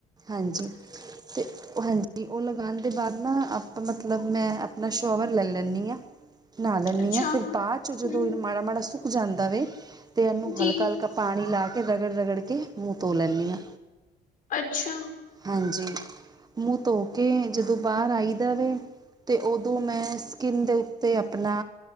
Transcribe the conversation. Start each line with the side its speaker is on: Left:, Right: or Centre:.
Right: ਹਾਂਜੀ ਤੇ ਹਾਂਜੀ ਉਹ ਲਗਾਣ ਦੇ ਬਾਅਦ ਨਾ ਆਪਾਂ ਮਤਲਬ ਮੈਂ ਆਪਣਾ ਸ਼ੋਵਰ ਲੈ ਲੈਂਨੀ ਆ। ਨਾਂਅ ਲੈਨੀ
Left: ਅੱਛਾ,
Right: ਆ ਫਿਰ ਬਾਚ ਜਦੋਂ
Left: ਹੂੰ,
Right: ਏਨੂੰ ਮਾੜਾ-ਮਾੜਾ ਸੁੱਕ ਜਾਂਦਾ ਵੇ ਤੇ ਐਨੂੰ
Left: ਜੀ,
Right: ਹਲਕਾ-ਹਲਕਾ ਪਾਣੀ ਲਾ ਕੇ ਰਗੜ-ਰਗੜ ਕੇ ਮੂੰਹ ਧੋ ਲੈਂਨੀ ਆ।
Left: ਅੱਛਾ।
Right: ਹਾਂਜੀ, ਮੂੰਹ ਧੋ ਕੇ ਜਦੋਂ ਬਾਹਰ ਆਈ ਦਾ ਵੇ। ਤੇ ਓਦੋਂ ਮੈਂ ਸਕਿੰਨ ਦੇ ਉੱਤੇ ਆਪਣਾ